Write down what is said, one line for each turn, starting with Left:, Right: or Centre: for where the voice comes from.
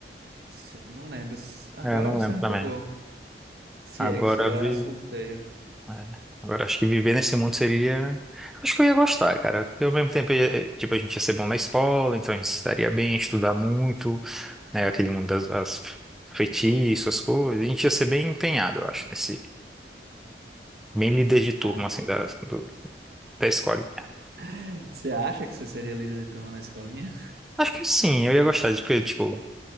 Right: se- não lembro. se- Agora
Centre: É, eu não
Right: você
Centre: lembro
Right: me
Centre: também.
Right: pegou. Se,
Centre: Agora
Right: é- se era
Centre: vi.
Right: sorteio.
Centre: É. Agora, acho que viver nesse mundo seria. Acho que eu ia gostar, cara. Porque ao mesmo tempo, ia- eh, tipo, a gente ia ser bom na escola, então a gente estaria bem, estudar muito, né? Aquele mundo das as feitiços, as coisas. A gente ia ser bem empenhado, eu acho, nesse. Bem líder de turma,
Right: Ah,
Centre: assim, da, do- da escolinha.
Right: <laughs> você acha que você seria líder de turma na escolinha?
Centre: Acho que sim, eu ia gostar de, porque, tipo,